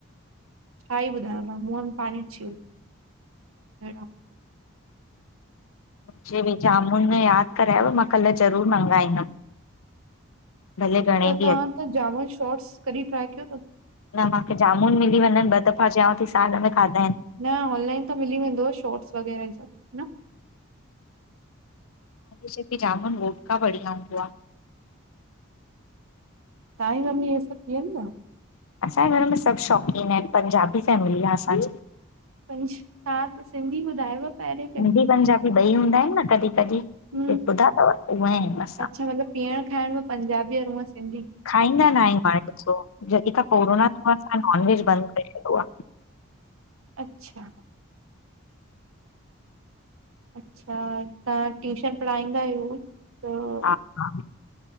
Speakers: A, on the right; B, on the left.
A: खाई बुधायो। मुहं में पाणी अची वयो, अहिड़ो।
B: मुझे बि जामुन याद करायव, मां कल ज़रूर मंगाईंदमि भले घणे
A: त
B: बि
A: तव्हां
B: अघ
A: त जामा शॉट्स कॾहिं ट्राए कयो तव?
B: न माखे जामुन मिली वञनि। ॿ दफ़ा चयाव थी साल में खाधा आहिनि।
A: न ऑनलाइन त मिली वेंदो शॉर्ट्स वग़ैरह हे सब न?
B: शये की जामुन वोटका बढ़िया हुदो आ।
A: तव्हजी मम्मी हे सभु पियंदी आ?
B: असांजे घर में सभु शौक़ीन आहिन। पंजाबी फैमिली आ असांजी।
A: पंजाब त सिंधी ॿुधायव? पहिरें कॾहिं
B: सिंधी पंजाबी बि ॿई हूंदा आहिन। न कॾहिं, कॾहिं
A: हम्म
B: ॿुधा तव उहे ऐ मां।
A: अच्छा पीअण खाइण में पंजाबी ऐं हूअं सिंधी।
B: खाईंदा न आहियूं हाणे जॾहिं खां कोरोना थियो असां नॉन वेज बंद करे छॾियो आ।
A: अच्छा? अच्छा। तव्हां ट्यूशन पढ़ाईंदा आहियोन त?
B: हा, हा।